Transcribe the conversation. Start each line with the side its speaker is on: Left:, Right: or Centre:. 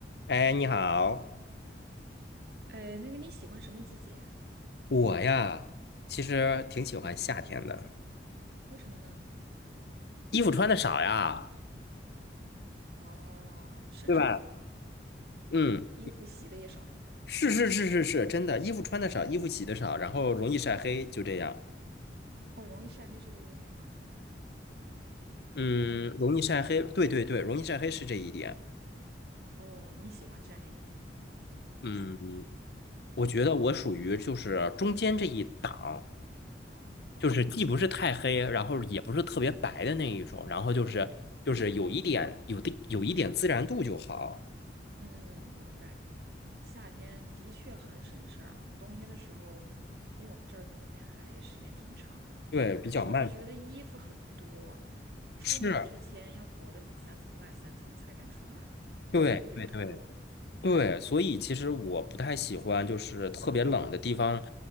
Left: 哎，你好，
Right: 哎，那个你喜欢什么季节啊？
Left: 我呀，其实挺喜欢夏天的，
Right: 为什么呢？
Left: 衣服穿的少呀，
Right: 哦，省事儿，
Left: 对吧？嗯，
Right: 衣服洗的也少。
Left: 是是是是是，真的，衣服穿的少，衣服洗的少，然后容易晒黑，就这样。
Right: 哦，容易晒黑是个优点吗？
Left: 嗯，容易晒黑，对对对，容易晒黑是这一点。
Right: 哦，你喜欢晒黑。
Left: 嗯，我觉得我属于就是中间这一档，
Right: 哦，OK，
Left: 就是既不是太黑，然后也不是特别白的那一种，然后就是就是有一点有的有一点自然度就好，
Right: 嗯嗯嗯，明白。夏天的确很省事儿，冬天的时候，因为我们这儿冬天还时间挺长的，
Left: 对，比较慢。
Right: 就是觉得衣服很多，出门之前要裹得里三层外三层才敢出门儿，
Left: 是，对对对
Right: 回来又得脱。
Left: 对，所以其实我不太喜欢，就是特别冷的地方